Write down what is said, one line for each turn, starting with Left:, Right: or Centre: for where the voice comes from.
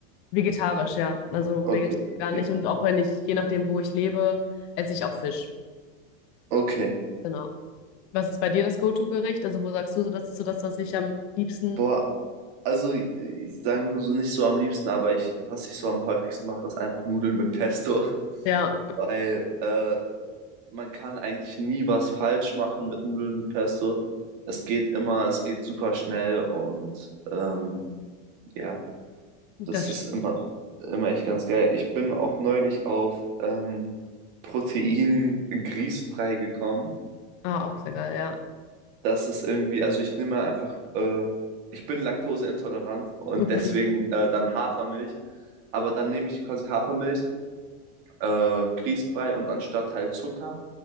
Left: Vegetarisch, ja. Also
Right: Okay,
Left: vegetarisch gar
Right: okay,
Left: nicht. Und auch wenn ich, je nachdem, wo ich lebe, esse ich auch Fisch.
Right: okay.
Left: Genau. Was ist bei dir das Go-to-Gericht? Also wo sagst du so, das ist so das, was ich am liebsten,
Right: Boah, also ich, ich sage mal so nicht so am liebsten, aber ich, was ich so am häufigsten mache, ist einfach Nudeln mit Pesto, <laughs>
Left: ja,
Right: weil äh, man kann eigentlich nie was falsch machen mit Nudeln mit Pesto. Es geht immer, es geht super schnell und ähm, ja.
Left: das
Right: Das ist
Left: stimmt.
Right: immer, immer echt ganz geil. Ich bin auch neulich auf ähm, Protein-Grießbrei gekommen.
Left: Ah, auch sehr geil, ja.
Right: Das ist irgendwie, also ich nehme einfach, äh, ich bin laktoseintolerant und
Left: Okay.
Right: deswegen äh, dann Hafermilch. Aber dann nehme ich quasi Hafermilch, äh, Grießbrei und anstatt halt Zucker